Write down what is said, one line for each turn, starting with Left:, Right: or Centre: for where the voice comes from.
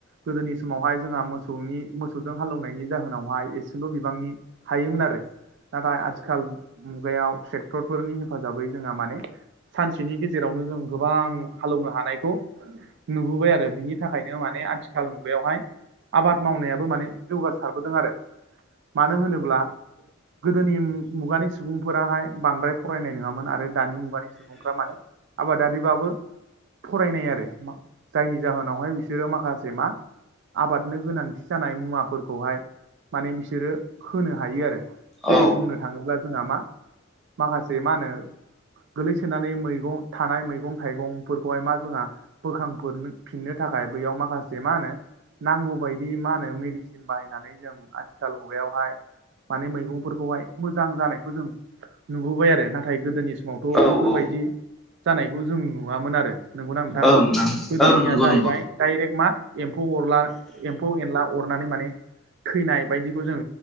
Right: गोदोनि समावहाय जोंहा मोसौनि मोसौजों हालौवनायनि जाहोनावहाय एसेल' बिबांनि हायोमोन आरो नाथाय आथिखाल मुगायाव ट्रेक्टरफोरनि हेफाजाबै जोंहा माने सानसेनि गेजेरावनो जों गोबां हालौवनो हानायखौ नुबोबाय आरो बिनि नि थाखायनो माने आथिखाल मुगायावहाय आबाद मावनायाबो माने जौगासारबोदों आरो मानो होनोब्ला गोदोनि मुगानि सुबुंफोराहाय बांद्राय फरायनाय नङामोन आरो दानि मुगानि सुबुंफ्रा माने आबादारिबाबो फरायनाय आरो जायनि जाहोनावहाय बिसोरो माखासे मा आबादनो गोनांथि जानाय मुवाफोर हाय माने बिसोरो होनो हायो आरो
Centre: औ
Right: जेरै बुंनो थाङोब्ला जोंहा मा माखासे मा होनो गोलैसोनानै मैगं थानाय मैगं थाइगं फोरखौहाय मा जोंहा बोखां फिननो थाखाय बैयाव माखासे मा होनो नांगौ बायदि मा होनो मेड बायनानै ज आथिखाल मुगायावहाय म मैफोरखौहाय मोजां जानायखौ जों नुबोबाय आरो नाथाय गोदोनि समावथ'
Centre: ओं
Right: बैफोरबायदि जानायखौ जों नुवामोन आरो नंगौना नोंथां
Centre: ओं
Right: गोदोनिया
Centre: नंगौ
Right: जाहैबाय
Centre: नंगौ
Right: डाइरेक्ट मा एम्फौ अरला एम्फौ एनला अरनानै माने थैनाय बायदिखौ जों